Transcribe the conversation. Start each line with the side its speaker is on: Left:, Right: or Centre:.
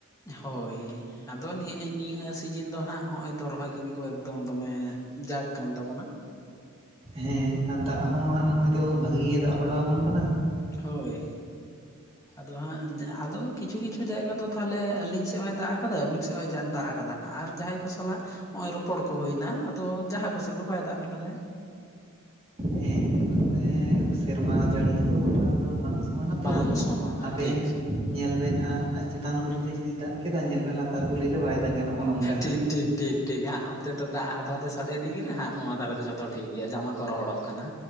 Left: ᱦᱳᱭ ᱟᱫᱚ ᱱᱮᱜᱼ ᱱᱤᱭᱟᱹ ᱥᱤᱡᱤᱱ ᱫᱚ ᱦᱟᱸᱜ ᱦᱚᱜᱼᱚᱭ ᱛᱚ ᱨᱚᱦᱚᱭ ᱠᱟᱹᱢᱤ ᱠᱚ ᱮᱠᱫᱚᱢ ᱫᱚᱢᱮ ᱡᱟᱠᱼᱼ ᱠᱟᱱ ᱛᱟᱵᱚᱱᱟ᱾
Right: ᱦᱮᱸ ᱟᱨ ᱫᱟᱜ ᱦᱚᱸ ᱦᱟᱸᱜ ᱱᱚᱜᱼᱚᱭ ᱛᱚ ᱵᱷᱟᱜᱮ ᱜᱮ ᱫᱟᱜ ᱵᱟᱲᱟ ᱟᱵᱚᱱ ᱠᱟᱱᱟ᱾
Left: ᱦᱳᱭ, ᱟᱫᱚ ᱦᱟᱸᱜ ᱟᱫᱚ ᱠᱤᱪᱷᱩ ᱠᱤᱪᱷᱩ ᱡᱟᱭᱜᱟ ᱫᱚ ᱛᱟᱦᱟᱞᱮ ᱟᱹᱞᱤᱧ ᱥᱮᱫᱼᱼ ᱥᱮᱫ ᱦᱚᱸᱭ ᱫᱟᱜ ᱠᱟᱫᱟ ᱟᱹᱵᱤᱱ ᱥᱮᱫ ᱦᱚᱸᱭ ᱫᱟᱜ ᱠᱟᱫᱟ ᱟᱨ ᱡᱟᱦᱟᱸᱭ ᱠᱚ ᱥᱟᱞᱟᱜ ᱱᱚᱜᱼᱚᱭ ᱨᱚᱯᱚᱲ ᱠᱚ ᱦᱳᱭᱱᱟ ᱟᱫᱚ ᱡᱟᱦᱟᱸ ᱠᱚᱥᱮᱫ ᱫᱚ ᱵᱟᱭ ᱫᱟᱜ ᱠᱟᱫᱟᱭ᱾
Right: ᱦᱮᱸ ᱢᱟᱱᱮ ᱥᱮᱨᱢᱟ ᱡᱟᱹᱲᱤ ᱦᱚᱸᱛᱚ ᱜᱚᱴᱟ ᱫᱚ ᱵᱟᱝ ᱥᱚᱢᱟᱱᱟ ᱛᱚ
Left: ᱵᱟᱝ ᱥᱚᱢᱟᱱᱟ
Right: ᱟᱵᱮᱱ᱾
Left: ᱴᱷᱤᱠ
Right: ᱧᱮᱞ ᱵᱮᱱ ᱦᱟᱸᱜ ᱪᱮᱛᱟᱱ ᱠᱩᱞᱦᱤᱨᱮ ᱡᱩᱫᱤ ᱫᱟᱜ ᱠᱮᱫᱟ ᱧᱮᱞ ᱵᱮᱱ ᱞᱟᱛᱟᱨ ᱠᱩᱞᱦᱤᱨᱮ ᱵᱟᱭ ᱫᱟᱜᱼᱟ ᱱᱚᱜᱼᱚ ᱱᱚᱝᱠᱟ᱾
Left: ᱴᱷᱤᱠ ᱴᱷᱤᱠ ᱴᱷᱤᱠ ᱴᱷᱤᱠ ᱦᱟᱸᱜ ᱚᱱᱛᱮ ᱫᱟᱜ ᱦᱟᱫᱼᱦᱟᱫᱮ ᱥᱟᱰᱮ ᱤᱫᱤ ᱠᱮᱫᱟ ᱦᱟᱸᱜ ᱱᱚᱣᱟ ᱫᱷᱟᱨᱮ ᱫᱚ ᱡᱚᱛᱚ ᱴᱷᱤᱠ ᱜᱮᱭᱟ ᱡᱟᱢᱟ ᱠᱚ ᱨᱚᱦᱚᱲᱚᱜ ᱠᱟᱱᱟ᱾